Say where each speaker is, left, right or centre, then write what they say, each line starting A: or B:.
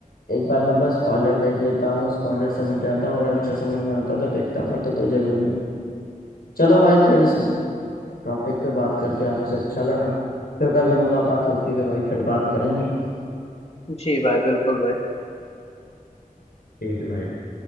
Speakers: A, on the left; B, on the left.
A: एक बार मतलब स्पॉइलर देख लेता हूँ स्पॉइलर समझ जाता हूँ अगर अच्छा समझ में आता है तो देखता हूँ नहीं तो कोई जरूरी नहीं चलो भाई फिर इस टॉपिक पे बात करके आपसे अच्छा लगा फिर कभी मुलाकात होती है तो भाई फिर बात करेंगे
B: जी भाई बिल्कुल भाई
A: ठीक है भाई